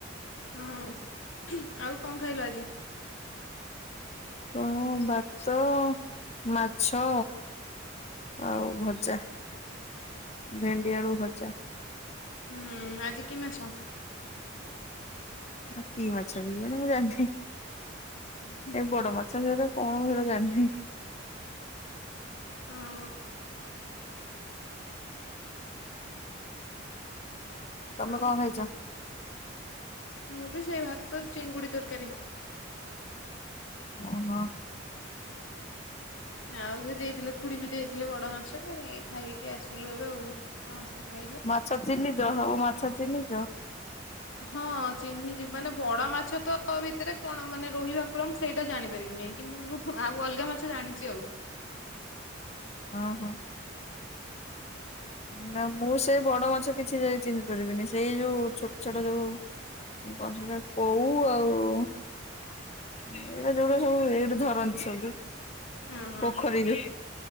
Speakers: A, on the left; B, on the left.
A: ହଁ ଆଉ କଣ ଖାଇଲ ଆଜି?
B: ମୁଁ ଭାତ, ମାଛ ଆଉ ଭଜା ଭେଣ୍ଡି ଆଳୁ ଭଜା।
A: ହୁଁ ଆଜି କି ମାଛ?
B: ଆ କି ମାଛା <unintelligible>
A: ହୁଁ-ହୁଁ।
B: ଏଇ ବଡ ମାଛ <unintelligible> କଣ <unintelligible> ଜାଣିିନି।
A: ହଁ।
B: ତମେ
A: ଆଉ
B: କଣ ଖାଇଚ?
A: ମୁଁ ବି ସେଇ ଭାତ ଚିଙ୍ଗୁଡି ତରକାରୀ।
B: ଓହୋ।
A: ଆଉ ସେ ଦେଇଥିଲେ ଖୁଡି ବି ଦେଇଥିଲେ ବଡ ମାଛ ଏଇ ଖାଇକି ଆସିଲୁ ଏବେ ଆଉ। ସମସ୍ତେ ଖାଇଲୁ।
B: ମାଛ ଚିହ୍ନିଚ ହଉ ମାଛ ଚିହ୍ନିଚ?
A: ହଁ ଚିହ୍ନି ଛି ମାନେ ବଡ ମାଛ ତ ଭିତରେ କଣ ମାନେ ରୋହି ଭାକୁର ସେଇଟା ଜାଣିପାରିବୁନି କିନ୍ତୁ ଆଉ ଅଲଗା ମାଛ ଜାଣିଚି ଆଉ।
B: ହଁ ହଁ। ନା ମୁଁ ସେଇ ବଡ ମାଛ କିଛି ଯାଏ ଚିହ୍ନି ପାରିବିନି ସେଇ ଯୋଉ ଛୋଟ ଛୋଟ ଯୋଉ ମୁଁ କଣ ସେଟା କୋଉ ଆଉ ଏଇଟା ଯୋଉଟା ସବୁ ଏଇଟୁ ଧରନ୍ତି ସବୁ
A: ହଁ ହଁ।
B: ପୋଖରୀରୁ